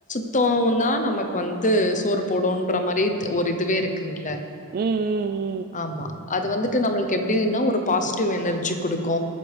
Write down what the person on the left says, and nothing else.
சுத்தோன்த்தா நமக்கு வந்து சோறு போடுன்ற மாரித் ஒரு இதுவே இருக்குங்ள
ஆமா அது வந்துட்டு நம்ளுக்கு எப்டின்னா ஒரு பாசிட்டிவ் எனர்ஜி குடுக்கு